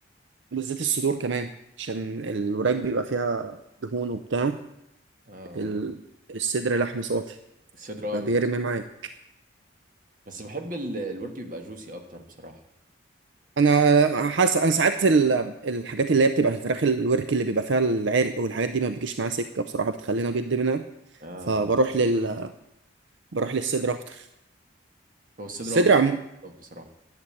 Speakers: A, on the right; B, on the right.
A: بالذات الصدور كمان عشان الوراك بيبقى فيها دهون وبتاع
B: آه،
A: ال...
B: آه.
A: الصدر لحم صافي
B: الصدر
A: فبيرمي
B: اه بيبقى
A: معاك
B: بس بحب ال- الورك بيبقى جوسي اكتر بصراحه
A: انا حاسس انا ساعات ال... الحاجات اللي هي بتبقى في الفراخ الورك اللي بيبقى فيها العرق والحاجات دي ما بتجيش معاها سكه بصراحه بتخلينا جد
B: آه
A: فبروح
B: آه.
A: لل بروح للصدر اكتر
B: هو الصدر
A: الصدر
B: أكتر
A: عم
B: بصراحه